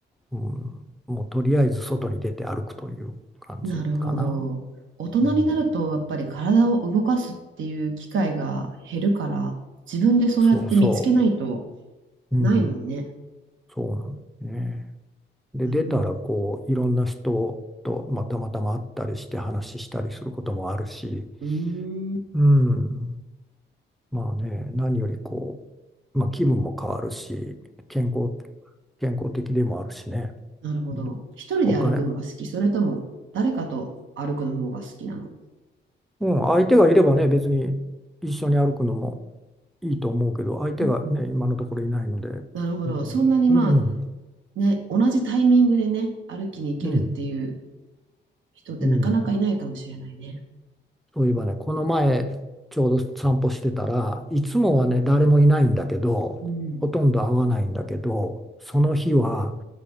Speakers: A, in the centre; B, on the right.
A: うん、もうとりあえず外に出て歩くという感じかな。
B: なるほど。大人になるとやっぱり体を動かすっていう機会が減るから、
A: うん、
B: 自分でそうやって見つけないと
A: そうそう、うん、
B: ないもんね。
A: そうなんですね。で出たらこういろんな人と、
B: なるほど。う
A: まあ、たまたま会ったりして話したりすることもあるし、
B: ーん、
A: うんまあね、何よりこう、まあ、気分も変わるし、健康、健康的でもあるしね、
B: なるほど。
A: うん、
B: 一人で歩くのが好き、
A: お金、
B: それとも誰かと歩くの方が好きなの。
A: うん、相手がいればね、別に一緒に歩くのもいいと思うけど、相手がね、
B: うんうん
A: 今のところいないので、
B: なるほど。
A: うん、
B: そんなにまあ
A: うん、
B: ね、同じタイミングでね、歩きに行けるっていう
A: うん、
B: 人ってなかなかいないかもしれないね。
A: うんそういえばね、この前、ちょうど散歩してたらいつもはね、誰もいないんだけど、
B: うん。
A: ほとんど会わないんだけど、その日は、